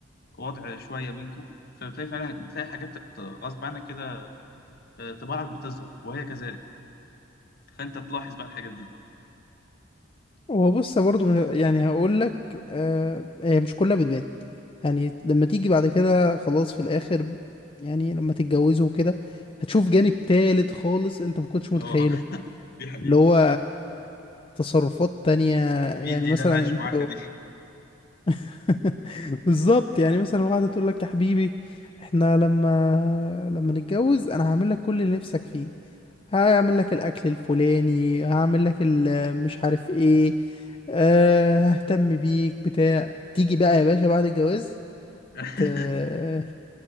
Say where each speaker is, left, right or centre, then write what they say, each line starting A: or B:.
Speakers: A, on the left; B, on the left.
A: وضع شويه بينكم فبتلاقي فعلا بتلاقي حاجات ت- غصب عنك كده آه، طباعك بتظهر وهي كذلك فانت تلاحظ بقى الحاجات دي
B: هو بص برضه مش- يعني هقول لك آه هي مش كلها بتبان يعني لما تيجي بعد كده خلاص في الاخر يعني لما تتجوزوا وكده هتشوف جانب تالت خالص انت ما كنتش متخيله
A: اه <laughs> دي حقيقة
B: اللي هو تصرفات تانية
A: مين
B: يعني
A: دي
B: مثلا
A: اللي انا عايش
B: انت
A: معاها دي
B: <laughs> بالظبط يعني مثلا واحدة تقول لك يا حبيبي احنا لما لما نتجوز انا هعمل لك كل اللي نفسك فيه هعمل لك الاكل الفلاني هعمل لك ال- مش عارف ايه أه ههتم بيك بتاع تيجي بقى يا باشا بعد الجواز
A: <laughs>
B: آه،